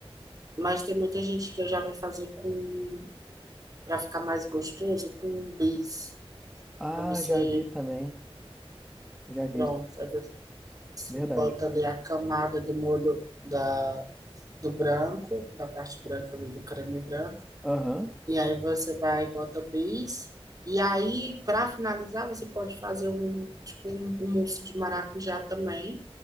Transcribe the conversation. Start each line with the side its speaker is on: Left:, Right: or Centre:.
Right: mas tem muita gente que eu já vi fazer com, para ficar mais gostoso, com bis.
Centre: Ah,
Right: Aí você,
Centre: já vi também. Já visto.
Right: pronto, aí você
Centre: Verdade.
Right: bota ali a camada do molho da, do branco, da parte branca ali do creme branco.
Centre: Aham.
Right: E aí você vai e bota o bis. E aí, para finalizar, você pode fazer um, tipo, um, um mousse de maracujá também,